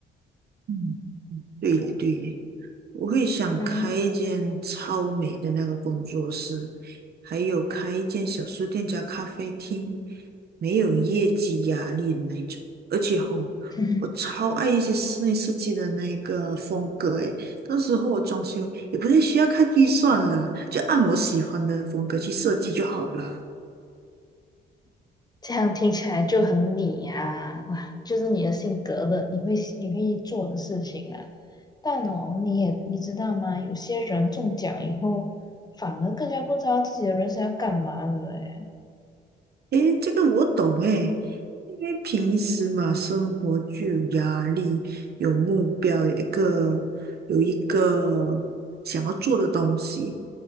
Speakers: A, on the right (about 55°); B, on the left (about 20°).
A: 嗯，对的，对的。我会想开一间超美的那个工作室，
B: 嗯，
A: 还有开一间小书店加咖啡厅，没有业绩压力的那种。而且吼，
B: <laughs>
A: 我超爱一些室内设计的那个风格诶，到时候我装修也不太需要看预算了，就按我喜欢的风格去设计就好了。
B: 这样听起来就很你呀、哇，就是你的性格的，你会你会做的事情啊。但哦，你也你知道吗？有些人中奖以后，反而更加不知道自己的人生要干嘛了诶。
A: 诶，这个我懂诶，因为平时嘛，生活就有压力，有目标，有一个有一个想要做的东西，